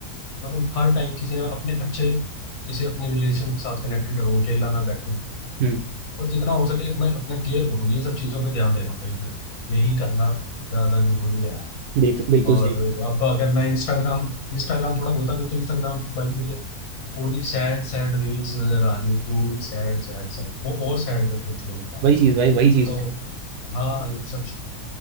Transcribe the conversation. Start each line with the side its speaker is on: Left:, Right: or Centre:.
Left: मतलब हर टाइम किसी ना अपने अच्छे किसी अपने रिलेशन के साथ कनेक्टेड रहूँ अकेला ना बैठूँ
Right: हम्म
Left: और जितना हो सके अपने अपना केयर करूँ ये सब चीज़ों पर ध्यान दे रहा हूँ भाई मैं यही करना ज़्यादा जरूरी है
Right: बिल्कुल बिल्कुल
Left: और
Right: सही
Left: अब अगर मैं इंस्टाग्राम इंस्टाग्राम थोड़ा बोलता हूँ तो इंस्टाग्राम पर मुझे पूरी सैड सैड रील्स नजर आ रही है पूरी सैड सैड सैड वो और सैड कर देती है उल्टा
Right: वही चीज भाई वही चीज
Left: तो हाँ इन सब